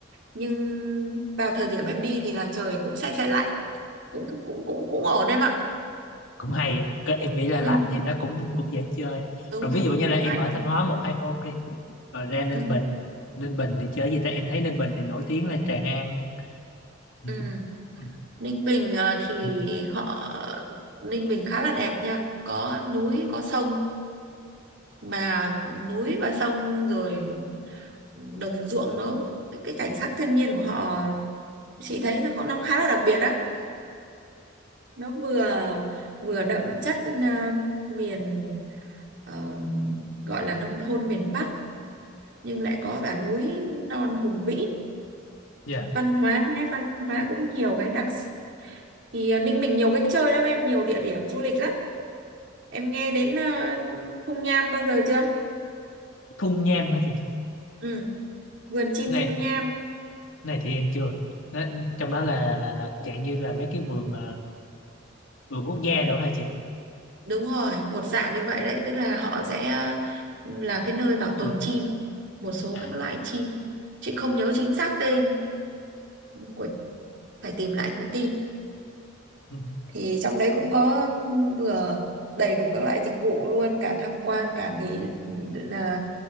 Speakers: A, on the right; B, on the left.
A: nhưng vào thời điểm em đi thì là trời cũng se se lạnh cũng cũng cũng cũng, cũng ổn em ạ
B: cũng hay á. Cái- em nghĩ là lạnh
A: ừ,
B: thì nó cũng cũng dễ chơi
A: đúng
B: rồi ví
A: rồi
B: dụ như là em
A: lạnh
B: ở Thanh Hóa một hai hôm đi rồi ra Ninh
A: ừ.
B: Bình Ninh Bình thì chơi gì ta em thấy Ninh Bình thì nổi tiếng là Tràng An Ừ,
A: Ừ.
B: ừ,
A: Ninh Bình ờ, thì
B: ừ.
A: họ Ninh Bình khá là đẹp nha có núi có sông mà núi và sông rồi đồng ruộng nó cái, cái cảnh sắc thiên nhiên của họ chị thấy nó có- nó khá là đặc biệt á nó vừa vừa đậm chất ờ, miền ờ, gọi là nông thôn miền Bắc nhưng lại có cả núi non hùng vĩ
B: dạ
A: văn hóa nét văn hóa cũng nhiều cái đặc sắc thì ờ, Ninh Bình nhiều cái chơi lắm em nhiều địa điểm du lịch lắm Em nghe đến ờ, thung nham bao giờ chưa?
B: Thung Nham hả chị
A: Ừ, vườn chim
B: này
A: thung nham.
B: này thì em chưa nó, trong đó là là là dạng như là mấy cái vườn ờ, vườn quốc gia đó hả chị
A: Đúng rồi, một dạng như vậy đấy, tức là họ sẽ ờ, là cái nơi bảo tồn
B: Ừ.
A: chim, một số
B: à
A: các loại chim. Chị không nhớ chính xác tên của phải tìm lại thông tin.
B: ừ.
A: Thì trong đấy cũng có vừa đầy đủ các loại dịch vụ luôn, cả tham quan, cả nghỉ, nghỉ- ờ,